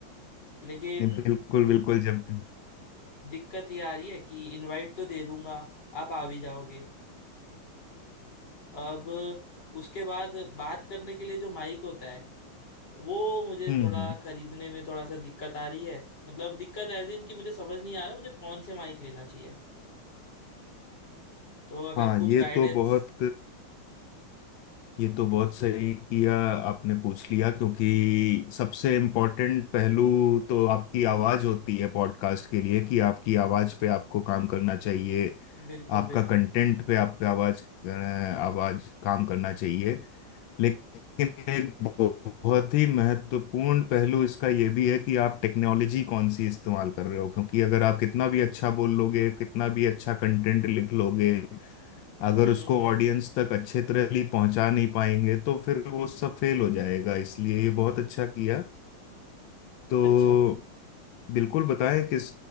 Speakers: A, on the left; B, on the left.
A: लेकिन
B: नहीं, बिल्कुल
A: दि-
B: बिल्कुल जब हम्म
A: दिक्कत ये आ रही है कि इनवाइट तो दे दूंगा आप आ भी जाओगे अब उसके बाद बात करने के लिए जो माइक होता है वो मुझे
B: हम्म
A: थोड़ा खरीदने में थोड़ा सा दिक्कत आ रही है मतलब दिक्कत ऐसी इनकी मुझे समझ नहीं आ रहा मुझे कौन से माइक लेना चाहिए तो अगर
B: हाँ
A: कुछ
B: ये
A: गाइडेंस
B: तो बहुत ये तो बहुत सही किया आपने पूछ लिया क्योंकि सबसे इम्पोर्टेंट पहलू तो आपकी आवाज होती है पॉडकास्ट के लिए कि आपकी आवाज पे आपको काम करना चाहिए
A: बिल्कुल
B: आपका
A: बिल्कुल
B: कंटेंट पे आपका आवाज अ, आवाज काम करना चाहिए लेकिन एक बहुत ही महत्वपूर्ण पहलू इसका ये भी है कि आप टेक्नोलॉजी कौन सी इस्तेमाल कर रहे हो क्योंकि अगर आप कितना भी अच्छा बोल लोगे कितना भी अच्छा कंटेंट लिख लोगे अगर
A: हम्म हम्म
B: उसको
A: हम्म।
B: ऑडियंस तक अच्छे तरह पहुंचा नहीं पाएंगे तो फिर वो सब फेल हो जाएगा इसलिए ये बहुत अच्छा किया तो
A: अच्छा
B: बिल्कुल बताएं किस